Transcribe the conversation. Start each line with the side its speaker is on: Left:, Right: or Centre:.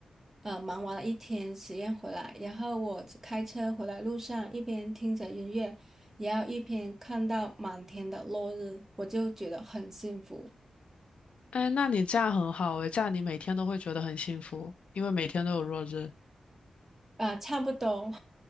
Right: 呃，忙完了一天实验回来，然后我开车回来路上，一边听着音乐，然后一边看到满天的落日，我就觉得很幸福
Left: 哎，那你这样很好诶，这样你每天都会觉得很幸福，因为每天都有落日。
Right: 啊，差不多，